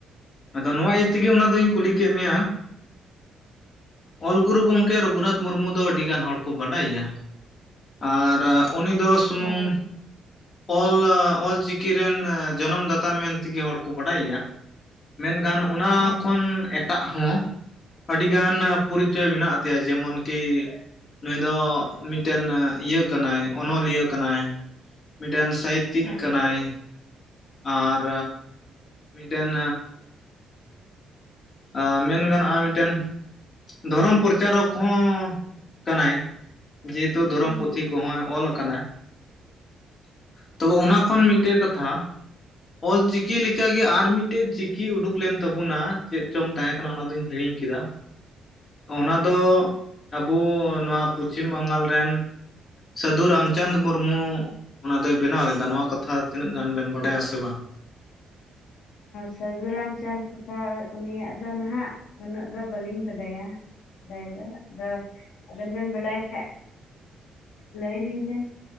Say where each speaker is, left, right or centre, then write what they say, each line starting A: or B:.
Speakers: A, on the left (about 40°); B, on the left (about 80°).
A: ᱟᱫᱚ ᱱᱚᱣᱟ ᱤᱭᱟᱹ ᱛᱮᱜᱮ ᱚᱱᱟ ᱫᱚᱧ ᱠᱩᱞᱤ ᱠᱮᱫ ᱢᱮᱭᱟ᱾ ᱚᱞ ᱜᱩᱨᱩ ᱜᱚᱝᱠᱮ ᱨᱚᱜᱷᱩᱱᱟᱛᱷ ᱢᱩᱨᱢᱩ ᱫᱚ ᱟᱹᱰᱤ ᱜᱟᱱ ᱦᱚᱲ ᱠᱚ ᱵᱟᱰᱟᱭᱮᱭᱟ᱾ ᱟᱨ ᱩᱱᱤ ᱫᱚ ᱥᱩᱢᱩᱝ
B: ᱦᱳᱭ
A: ᱚᱞ ᱚᱞᱪᱤᱠᱤ ᱨᱮᱱ ᱡᱚᱱᱚᱢ ᱫᱟᱛᱟ ᱢᱮᱱ ᱛᱮᱜᱮ ᱦᱚᱲ ᱠᱚ ᱵᱟᱰᱟᱭᱮᱭᱟ᱾ ᱢᱮᱱᱠᱷᱟᱱ ᱚᱱᱟ
B: ᱦᱳᱭ
A: ᱠᱷᱚᱱ ᱮᱴᱟᱜ ᱦᱚᱸ ᱟᱹᱰᱤᱜᱟᱱ ᱯᱚᱨᱤᱪᱚᱭ ᱢᱮᱱᱟᱜ ᱛᱟᱭᱟ, ᱡᱮᱢᱚᱱ ᱠᱤ ᱱᱩᱭ ᱫᱚ ᱢᱤᱫᱴᱮᱱ ᱤᱭᱟᱹ ᱠᱟᱱᱟᱭ ᱚᱱᱚᱞᱤᱭᱟᱹ ᱠᱟᱱᱟᱭ᱾ ᱢᱤᱫᱴᱮᱱ ᱥᱟᱦᱤᱛᱛᱤᱠ
B: ᱦᱮᱸ
A: ᱠᱟᱱᱟᱭ᱾ ᱟᱨ ᱢᱤᱫᱴᱮᱱ ᱟᱻ ᱢᱮᱱ ᱜᱟᱱᱚᱜᱼᱟ ᱢᱤᱫᱴᱮᱱ ᱫᱷᱚᱨᱚᱢ ᱯᱚᱨᱪᱟᱨᱚᱠ ᱦᱚᱸ ᱠᱟᱱᱟᱭ᱾ ᱡᱮᱦᱮᱛᱩ ᱫᱷᱚᱨᱚᱢ
B: ᱦᱳᱭ᱾
A: ᱯᱩᱛᱷᱤ ᱠᱚᱦᱚᱸᱭ ᱚᱞ ᱟᱠᱟᱫᱟ᱾ ᱛᱚᱵᱮ ᱚᱱᱟ ᱠᱷᱚᱱ ᱢᱤᱫᱴᱮᱱ ᱠᱟᱛᱷᱟ ᱚᱞ ᱪᱤᱠᱤ ᱞᱮᱠᱟᱜᱮ ᱟᱨ ᱢᱤᱫᱴᱮᱡ ᱪᱤᱠᱤ ᱩᱰᱩᱠ ᱞᱮᱱ ᱛᱟᱵᱩᱱᱟ ᱪᱮᱫ ᱪᱚᱝ ᱛᱟᱦᱮᱸ ᱠᱟᱱᱟ ᱚᱱᱟ ᱫᱩᱧ ᱦᱤᱲᱤᱧ ᱠᱮᱫᱟ᱾ ᱚᱱᱟ ᱫᱚ ᱟᱵᱩ ᱱᱚᱣᱟ ᱯᱚᱪᱷᱤᱢ ᱵᱟᱝᱜᱟᱞ ᱨᱮᱱ ᱥᱟᱹᱫᱷᱩ ᱨᱟᱢᱪᱟᱸᱫᱽ ᱢᱩᱨᱢᱩ ᱚᱱᱟ ᱫᱚᱭ ᱵᱮᱱᱟᱣ ᱞᱮᱫᱟ ᱱᱚᱣᱟ ᱠᱟᱛᱷᱟ ᱛᱤᱱᱟᱹᱜ ᱜᱟᱱ ᱵᱮᱱ ᱵᱟᱰᱟᱭᱟ ᱥᱮ ᱵᱟᱝ?
B: ᱥᱟᱹᱫᱷᱩ ᱨᱟᱢᱪᱟᱸᱫᱽ ᱠᱚᱷᱟ ᱩᱱᱤᱭᱟᱜ ᱫᱚ ᱱᱟᱦᱟᱜ ᱩᱱᱟᱹᱜ ᱫᱚ ᱵᱟᱹᱞᱤᱧ ᱵᱟᱰᱟᱭᱟ, ᱵᱟᱰᱟᱭ ᱫᱚ ᱟᱫᱚ ᱟᱵᱮᱱ ᱵᱮᱱ ᱵᱟᱰᱟᱭ ᱠᱷᱟᱡ᱾ ᱞᱟᱹᱭᱞᱤᱧ ᱵᱮᱱ